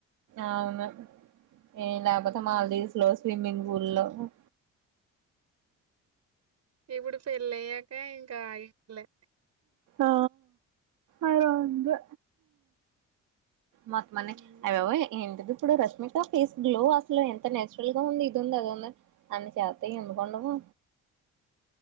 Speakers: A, on the right; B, on the right.
A: అవును ఏ లేపోతే
B: హ్మ్
A: మల్దీవ్స్ లో స్విమ్మింగ్ పూల్లో లో
B: ఇప్పుడు పెళ్ళయ్యాక ఇంకా ఆ ఇల్లె
A: ఆ అలఉంది మొత్తం
B: హ్మ్
A: అనీ అయ్యబాబోయ్ ఏంటి ఇ ఇప్పుడు రష్మిక ఫేస్ గ్లో అసలు ఎంత నచురల్ గా ఉంది ఇది ఉంది అది ఉంది అని చేత ఎందుకుండవు